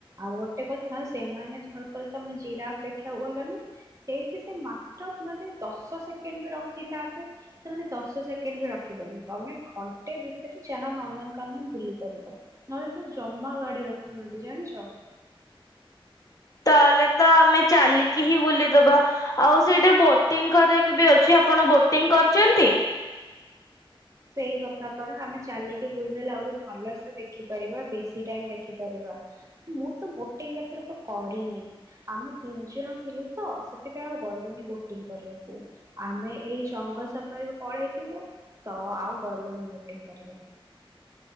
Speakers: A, on the right; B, on the left.
A: ଆଉ ଗୋଟେ କଥା ସେମାନେ ଧରିକି ତମେ ଜିରାଫ ଦେଖିବାକୁ ଗଲା ନା ସେଇଠି ସେ ମାତ୍ର ମାନେ ଦଶ ସେକେଣ୍ଡ ବି ରଖିଥାନ୍ତେ ସେମାନେ ଦଶ ସେକେଣ୍ଡ ବି ରଖିବେନି ତମେ ଘଂଟା ଘଣ୍ଟ ଭିତରେ ଯାହା ନନ୍ଦନକାନନ ବୁଲି ପାରିବ ନହେଲେ ସେ ଜମା ଗାଡି ରଖୁନାହାନ୍ତି ଜାଣିଚ।
B: ତାହେଲେ ତ ଆମେ ଚାଲିକି ହିଁ ବୁଲିଦବା ଆଉ ସେଇଠି ବୋଟିଂ କରିଦେବେ ବି ଅଛି ଆପଣ ବୋଟିଂ କରିଚନ୍ତି।
A: ସେଇ କଥା ପରା ଆମେ ଚାଲିକି ବୁଲିଦେଲେ ଆହୁରି ଭଲସେ ଦେଖିପାରିବା ବେଶୀ ଟାଇମ ଦେଖିପାରିବା ମୁଁ ତ ବୋଟିଂ ଏଥରକ କରିନି ଆମେ ତିନି ଜଣ ଥିଲୁ ତ ସେଥିପାଇଁ ଆଉ ଗଲୁନି ବୋଟିଂ କରିବାକୁ ଆମେ ଏଇ ଜଙ୍ଗଲ ସଫରେ ପଳେଇଥିଲୁ। ତ ଆଉ ଗଲୁନି ଭୋଟିଂ କରିବାକୁ।